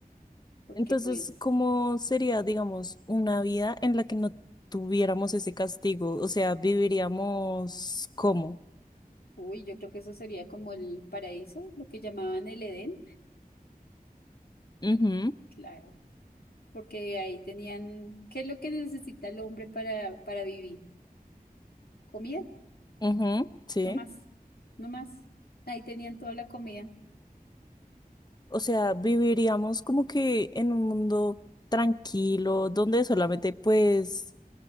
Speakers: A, on the left; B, on the left.
A: porque
B: Entonces,
A: pues,
B: ¿cómo sería, digamos, una vida en la que no tuviéramos ese castigo? O sea, viviríamos cómo
A: uy, yo creo que eso sería como el paraíso, lo que llamaban el Edén,
B: Ujú.
A: claro, porque ahí tenían, ¿qué es lo que necesita el hombre para, para vivir? Comida,
B: Ujú, sí.
A: no más, no más. Ahí tenían toda la comida
B: O sea, viviríamos como que en un mundo tranquilo, donde solamente pues